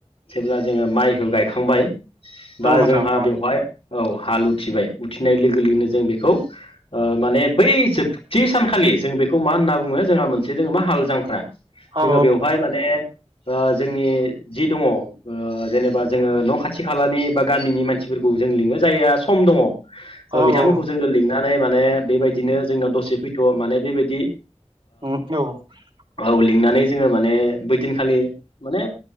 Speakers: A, on the left; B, on the right.
A: जेब्ला जोङो माइखौ गायखांबाय बा
B: औ नोंथां
A: जोंहा
B: औ
A: बेवहाय औ हाल उथिबाय उथिनाय लोगो - लोगोनो जों बेखौ माने बै जोबथि सानखालि जों बेखौ मा होनना बुङो जोंहा मोनसे दोङो मा हाल जांख्रा जोङो
B: औ
A: बेवहाय माने जोंनि जि दङ जेनेबा जोङो न' खाथि - खालानि बा गामिनि मानसिफोरखौ जों लिङो जायहा सम दङ
B: औ
A: बिथांमोनखौ
B: औ
A: जोङो लिंनानै माने बेबायदिनो जोंनाव दसे फैथ' माने बेबायदि
B: उम औ उम
A: औ लिंनानै जोङो माने बैदिनखालि माने